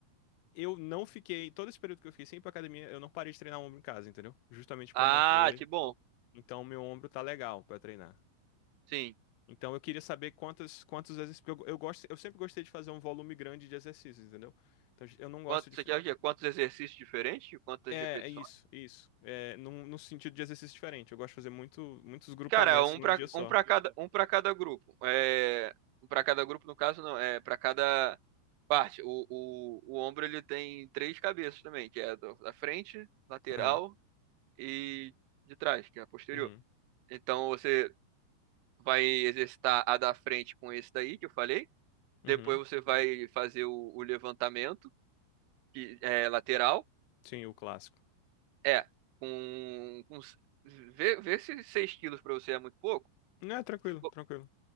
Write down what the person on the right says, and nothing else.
Ah,
que bom.
Sim.
Quanto,
você
quer o quê? Quantos exercícios diferentes? Quantas
repetições?
Cara, um
para
um para cada, um para cada grupo. É, um para cada grupo, no caso, não. É para cada. Parte. O, o, o ombro ele tem três cabeças também, que é a da frente, lateral
e de trás, que é a posterior.
Então você vai exercitar a da frente com esse daí que eu falei. Depois
você vai fazer o, o levantamento, que é lateral.
É, com, com vê, vê se 6 quilos para você é muito pouco.
Se for,